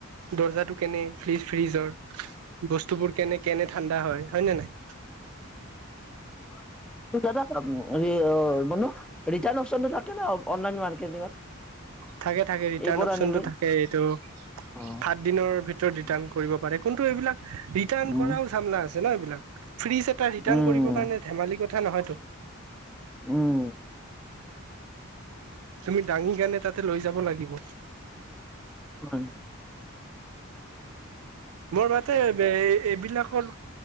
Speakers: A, on the right; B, in the centre.
A: দৰ্জাটো কেনে ফ্ৰীজ। ফ্ৰিজৰ বস্তুবোৰ কেনে কেনে ঠাণ্ডা হয় হয় নে নাই।
B: অঁ মান ৰিটাৰ্ণ অশনটো থাকে ন অনলাইন মাৰ্কেটিঙত
A: থাকে থাকে ৰিটাৰ্ণ
B: এইবোৰ
A: অপচনটো
B: আনিলে
A: থাকে এইটো
B: অ
A: সাত দিনৰ ভিতৰত ৰিটাৰ্ণ কৰিব। কিন্তু এইবিলাক ৰিটাৰ্
B: উম
A: কৰাও চামলা আছে ন এইবিলাক। ফ্ৰিজ এটা ৰিটাৰ্ণ
B: উম
A: কৰিবৰ কাৰণে ধেমালি কথা নহয়তটো।
B: উম।
A: তুমি দাঙি কিণে তাতে লৈ যাব লাগিব।
B: হয়
A: মোৰ মা এইবিলাকৰ